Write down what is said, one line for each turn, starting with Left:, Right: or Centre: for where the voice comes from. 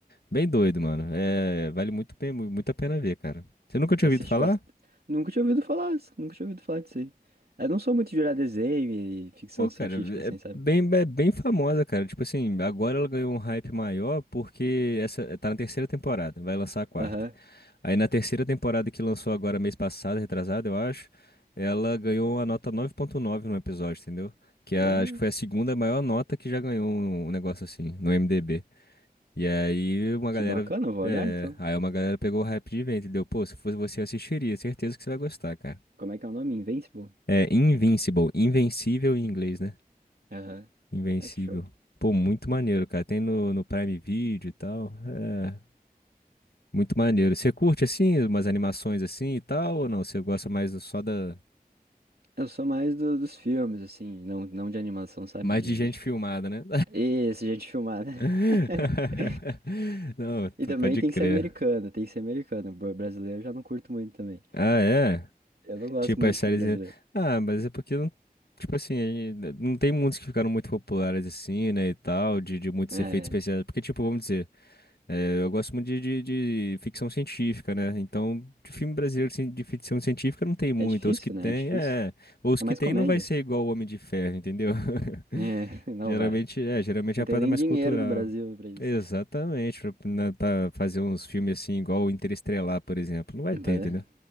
Left: bem doido, mano. É, vale muito, bem, mu- muito a pena ver, cara. Você nunca
Right: E tu
Left: tinha
Right: assiste
Left: ouvido falar?
Right: bastante. Nunca tinha ouvido falar, s- nunca tinha ouvido falar disso aí. Eu não sou muito de olhar desenho e ficção
Left: Pô,
Right: científica,
Left: cara,
Right: assim,
Left: é
Right: sabe?
Left: bem, é bem famosa, cara. Tipo assim, agora ela ganhou um hype maior porque essa tá na terceira temporada, vai lançar a quarta.
Right: Aham.
Left: Aí na terceira temporada que lançou agora mês passado, retrasado, eu acho, ela ganhou a nota 9.9 no episódio, entendeu? Que a-
Right: Bah,
Left: acho que foi a segunda maior nota que já ganhou um um negócio assim, no IMDb. E aí uma
Right: que
Left: galera,
Right: bacana, eu vou
Left: é,
Right: olhar então.
Left: aí uma galera pegou o hype de vento, entendeu? Pô, se fosse você, eu assistiria, certeza que você vai gostar, cara.
Right: Como é que é o nome? Invincible?
Left: É Invincible, invencível em inglês, né?
Right: Aham.
Left: Invencível.
Right: Ah, que show.
Left: Pô, muito maneiro, cara. Tem no, no Prime Video e tal. é. Muito maneiro. Você curte assim, umas animações assim e tal, ou não? Você gosta mais do- só da.
Right: Eu sou mais do- dos filmes, assim, não, não de animação, sabe?
Left: Mais
Right: De,
Left: de gente
Right: de... fi-
Left: filmada, né?
Right: E gente filmar, né?
Left: <laughs>
Right: <laughs>
Left: Não, tu-
Right: E também
Left: pode
Right: tem
Left: crer.
Right: que ser americano, tem que ser americano. Br- Brasileiro eu já não curto muito também.
Left: Ah, é?
Right: Eu não gosto
Left: Tipo,
Right: muito
Left: as
Right: de
Left: séries.
Right: filme brasileiro.
Left: é- Ah, mas é porque não. Tipo assim, aí, né, não tem muitos que ficaram muito populares assim, né? E tal, de, de muitos
Right: É,
Left: efeitos especiais. Porque, tipo, vamos dizer. É, eu gosto muito de, de- de ficção científica, né? Então, de filme brasileiro assim, de ficção científica não tem muito.
Right: é difícil,
Left: Os que tem,
Right: né? É difícil.
Left: é. Os
Right: É
Left: que
Right: mais
Left: tem
Right: comédia.
Left: não vai ser igual o Homem de Ferro, entendeu? <laughs>
Right: É, <laughs> não
Left: Geralmente,
Right: vai.
Left: é, geralmente
Right: Não
Left: é a
Right: tem
Left: parada
Right: nem
Left: mais
Right: dinheiro
Left: cultural.
Right: no Brasil pra isso.
Left: Exatamente. Pra, né, tá- fazer uns filmes assim, igual o Interestelar, por exemplo. Não vai
Right: Bah,
Left: ter, entendeu?